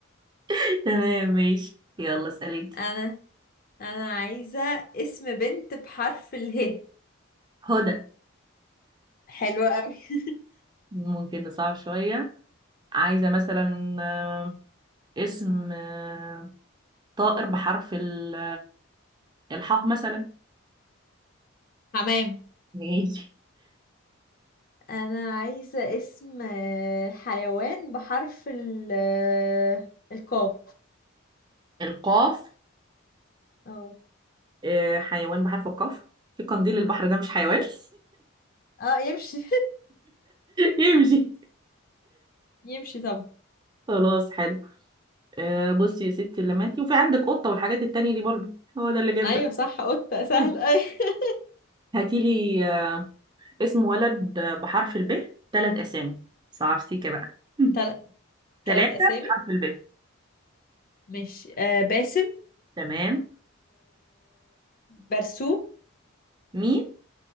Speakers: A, on the right; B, on the left.
A: <laughs> تمام ماشي يلا اسالي انت
B: انا انا عايزة اسم بنت بحرف اله
A: هدى
B: حلو قوي <laughs>
A: ممكن نصعب شوية عايزة مثلا آه، اسم آه، طائر بحرف ال- الحاء مثلا
B: حمام
A: ماشي
B: انا عايزة اسم آه، حيوان بحرف ال آه، القاف
A: القاف
B: اه
A: آه، حيوان بحرف القاف في قنديل البحر ده مش حيوان <laughs>
B: اه يمشي
A: يمشي
B: <laughs> يمشي طبعا
A: خلاص حلو آه، بصي يا ستي لما انتي وفي عندك قطة والحاجات التانية دي برضو هو ده اللي جاب
B: ايوه
A: بالي.
B: صح قطة سهل
A: آه،
B: ايوه <laughs>
A: هاتيلي آه، اسم ولد آه، بحرف الب ثلاث أسامي صعب سيكا بقى <laughs>
B: تل... تلات
A: ثلاثة
B: اسامي
A: بحرف الب
B: ماشي آه باسم
A: تمام
B: وبرسوم
A: مين